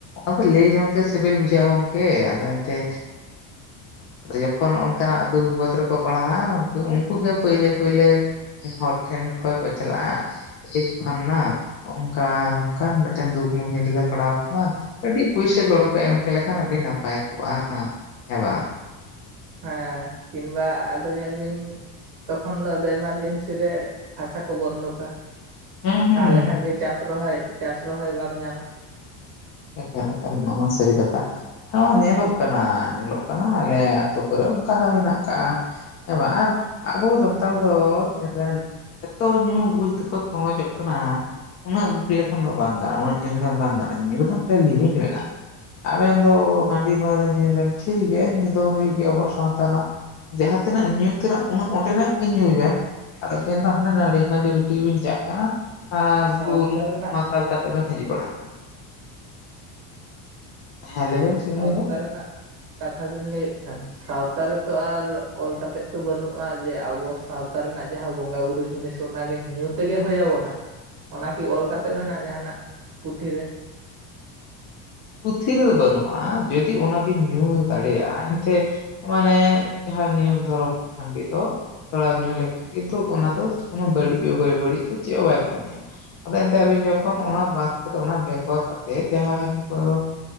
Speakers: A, on the left; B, on the right.
A: ᱚᱱᱟ ᱞᱟᱹᱭ ᱡᱚᱝ ᱜᱮ ᱥᱤᱵᱤᱞ ᱵᱩᱡᱷᱟᱹᱜᱼᱟ ᱜᱚᱝᱠᱮ ᱚᱱᱛᱮ ᱡᱚᱠᱷᱚᱱ ᱚᱱᱠᱟᱱᱟᱜ ᱫᱩᱠ ᱵᱤᱯᱚᱫ ᱨᱮᱠᱚ ᱯᱟᱲᱦᱟᱜᱼᱟ ᱩᱱᱠᱩ ᱜᱮ ᱯᱳᱭᱞᱟᱹ ᱯᱳᱭᱞᱟᱹ ᱦᱚᱲ ᱴᱷᱮᱱ ᱠᱷᱚᱭ ᱠᱚ ᱪᱟᱞᱟᱜᱼᱟ ᱯᱷᱟᱱᱱᱟ ᱦᱚᱜᱚᱝᱠᱟᱱ ᱱᱚᱝᱠᱟ ᱢᱤᱫᱴᱮᱱ ᱫᱩᱠ ᱢᱩᱦᱤᱛ ᱨᱮᱞᱮ ᱯᱟᱲᱟᱣ ᱠᱟᱱᱟ ᱠᱟ. ᱴᱤᱡ ᱯᱩᱭᱥᱟᱹ ᱜᱚᱲᱚᱯᱮ ᱮᱢ ᱠᱮᱞᱮᱠᱷᱟᱱ ᱟᱹᱰᱤ ᱱᱟᱯᱟᱭ ᱠᱚᱜᱼᱟ ᱦᱮᱸ ᱵᱟᱝ
B: ᱦᱮᱸ ᱠᱤᱱᱵᱟ ᱟᱫᱚ ᱧᱮᱞ ᱵᱤᱱ ᱛᱚᱠᱷᱚᱱ ᱫᱚ ᱟᱫᱚ ᱮᱢᱟᱨᱡᱮᱱᱥᱤ ᱨᱮ ᱦᱟᱥᱟ ᱠᱚ ᱵᱚᱱᱫᱚᱠᱟ
A: ᱦᱩᱸ ᱦᱩᱸ
B: ᱛᱟᱦᱚᱞᱮ ᱠᱷᱟᱱᱜᱮ ᱪᱟᱥ ᱨᱚᱦᱚᱭ ᱪᱟᱥ ᱨᱚᱦᱚᱭ ᱵᱟᱢ ᱧᱟᱢᱟ᱾
A: ᱮᱠᱟᱞ ᱮᱠᱟᱞ ᱱᱚᱣᱟ ᱢᱟ ᱥᱟᱹᱨᱤ ᱠᱟᱛᱷᱟ ᱦᱮ ᱧᱮᱞᱚᱜ ᱠᱟᱱᱟ ᱧᱮᱞᱚᱜ ᱠᱟᱱᱟ ᱟᱞᱮ ᱟᱹᱛᱩ ᱠᱚᱨᱮ ᱚᱱᱠᱟ ᱦᱚᱸ ᱦᱮᱱᱟᱜ ᱠᱟᱜᱼᱟ᱾ ᱦᱮᱸ ᱵᱟᱝ ᱟᱨ ᱟᱵᱚ ᱥᱟᱱᱛᱟᱲ ᱫᱚ ᱧᱮᱞ ᱵᱮᱱ ᱮᱛᱚ ᱧᱩᱞ ᱵᱩᱞ ᱛᱮᱠᱚ ᱛᱚᱸᱦᱚᱡᱚᱜ ᱠᱟᱱᱟ ᱩᱱᱟᱹᱜ <unintelligible> ᱞᱮᱠᱷᱟᱱ ᱫᱚ ᱵᱟᱝ ᱜᱟᱱᱚᱜᱼᱟ ᱩᱱᱟᱹᱜ ᱧᱩ ᱞᱮᱠᱷᱟᱱ ᱵᱟᱝ ᱜᱟᱱᱚᱜᱼᱟ ᱧᱩ ᱨᱮᱱᱟᱜ ᱢᱤᱫᱴᱮᱱ ᱞᱤᱢᱤᱴ ᱢᱮᱱᱟᱜᱼᱟ᱾ ᱟᱵᱮᱱ ᱫᱚ ᱦᱟᱺᱰᱤ ᱯᱟᱹᱣᱨᱟᱹ ᱧᱩᱭ ᱵᱮᱱ ᱴᱷᱤᱠ ᱜᱮᱭᱟ ᱧᱩ ᱫᱚ ᱦᱩᱭᱩᱜ ᱜᱮᱭᱟ ᱟᱵᱚ ᱥᱟᱶᱛᱟ ᱨᱮᱱᱟᱜ᱾ ᱡᱟᱦᱟᱸ ᱛᱤᱱᱟᱹᱜ ᱧᱩ ᱛᱮᱱᱟᱜ ᱩᱱᱟᱹᱜ ᱚᱸᱰᱮᱱᱟᱜ ᱜᱮ ᱧᱩᱭ ᱵᱮᱱ᱾ ᱟᱨ ᱟᱵᱮᱱ ᱫᱚ ᱦᱟᱱᱮ ᱱᱟᱹᱲᱤ ᱦᱟᱺᱰᱤ ᱵᱤᱴᱤᱡ ᱜᱮᱵᱤᱱ ᱪᱟᱜ ᱠᱟᱱᱟ ᱟᱨ
B: ᱥᱟᱶᱛᱟ
A: ᱵᱩᱞ
B: ᱨᱮᱱᱟᱜ
A: ᱢᱟᱛᱟᱞ ᱠᱟᱛᱮᱫ ᱵᱮᱱ ᱦᱤᱡᱩᱜ ᱵᱟᱲᱟᱜ ᱠᱟᱱᱟ᱾ ᱦᱮᱸ ᱞᱟᱹᱭ ᱵᱮᱱ ᱪᱮᱫ
B: ᱥᱟᱶᱛᱟ
A: ᱵᱮᱱ ᱞᱟᱹᱭ ᱫᱟ
B: ᱨᱮᱱᱟᱜ ᱠᱟᱛᱷᱟ ᱵᱤᱱ ᱞᱟᱹᱭᱮᱫ ᱠᱷᱟᱱ ᱥᱟᱶᱛᱟ ᱨᱮᱛᱚ ᱟᱨ ᱚᱞ ᱠᱟᱛᱮᱜ ᱛᱚ ᱵᱟᱹᱱᱩᱜᱼᱟ ᱡᱮ ᱟᱵᱚ ᱥᱟᱶᱛᱟ ᱨᱮᱱᱟᱜ ᱡᱟᱦᱟᱸ ᱵᱚᱸᱜᱟ ᱵᱩᱨᱩᱳ ᱡᱤᱱᱤᱥ ᱛᱚ ᱚᱱᱟᱜᱮ ᱧᱩ ᱛᱮᱜᱮ ᱦᱭᱟᱵᱚᱱᱟ ᱚᱱᱟᱠᱤ ᱚᱞ ᱠᱟᱛᱮ ᱢᱮᱱᱟᱜᱼᱟ ᱡᱟᱦᱱᱟᱜ ᱯᱩᱛᱷᱤ ᱨᱮ᱾
A: ᱯᱩᱛᱷᱤ ᱨᱮᱫᱚ ᱵᱟᱹᱱᱩᱜᱼᱟ ᱡᱩᱫᱤᱡ ᱚᱱᱟᱵᱤᱱ ᱧᱩ ᱫᱟᱲᱮᱭᱟᱜᱼᱟ ᱮᱱᱛᱮ ᱢᱟᱱᱮ ᱡᱟᱦᱟᱸ ᱱᱤᱭᱚᱢ ᱫᱷᱚᱨᱚᱢ ᱦᱟᱺᱰᱤ ᱫᱚ᱾ ᱛᱷᱚᱲᱟᱣ ᱧᱩ ᱞᱮᱠᱷᱟᱱ ᱠᱤᱱᱛᱩ ᱚᱱᱟ ᱫᱚ ᱠᱳᱱᱳ ᱵᱟᱹᱲᱤᱡ ᱵᱮ ᱵᱟᱹᱲᱤᱡ ᱫᱚ ᱪᱮᱫ ᱦᱚᱸ ᱵᱟᱭ ᱠᱟᱹᱢᱤᱭᱟ ᱟᱫᱚ ᱟᱹᱵᱤᱱ ᱡᱚᱠᱷᱚᱱ ᱚᱱᱟ ᱵᱟᱫ ᱠᱟᱛᱮ ᱚᱱᱟ ᱵᱮᱜᱚᱨ ᱠᱟᱛᱮ ᱡᱟᱦᱟᱸ ᱦᱟᱹᱴᱤ ᱯᱟᱹᱣᱨᱟᱹ